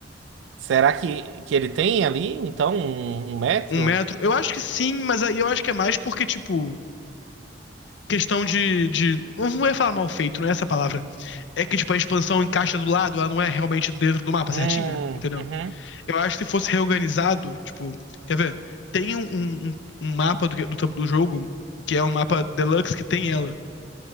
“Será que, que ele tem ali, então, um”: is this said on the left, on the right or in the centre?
Right